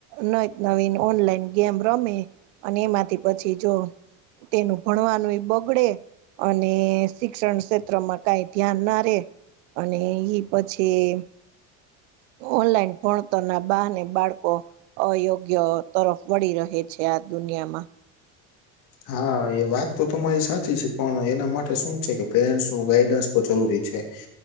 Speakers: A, on the right; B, on the left.
A: ન નવીન ઓનલાઈન ગેમ રમે અને એમાંથી પછી જો તેનું ભણવાનું એ બગડે અને શિક્ષણ ક્ષેત્રમાં કાઈ ધ્યાન ના રે અને એ પછી ઓનલાઈન ભણતોર ના બાને બાળકો અયોગ્ય તરફ વળી રહે છે આ દુનિયામાં
B: હા એ વાત તો તમારી સાચી છે પણ એના માટે શું છે કે પેરેન્ટ્સ નું ગાઈડન્સ <unintelligible>